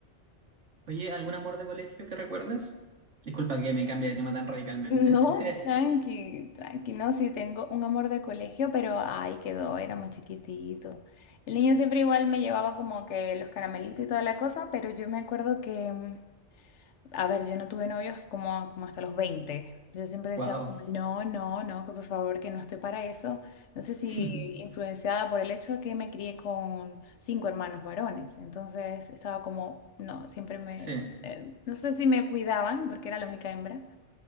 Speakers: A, on the right (about 85°); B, on the left (about 80°).
A: Oye, ¿algún amor de colegio que recuerdes? Disculpa que me cambie de tema tan radicalmente.
B: No,
A: <laughs>
B: tranqui, tranqui, no, sí tengo un amor de colegio, pero ahí quedó, era muy chiquitito. El niño siempre igual me llevaba como que los caramelitos y toda la cosa, pero yo me acuerdo que mm, A ver, yo no tuve novios como, como hasta los 20. Yo siempre decía,
A: Wow.
B: como, no, no, no, que por favor, que no estoy para eso. No sé si
A: <laughs>
B: influenciada por el hecho de que me crié con cinco hermanos varones. Entonces estaba como, no, siempre me,
A: Sí,
B: eh, no sé si me cuidaban porque era la única hembra,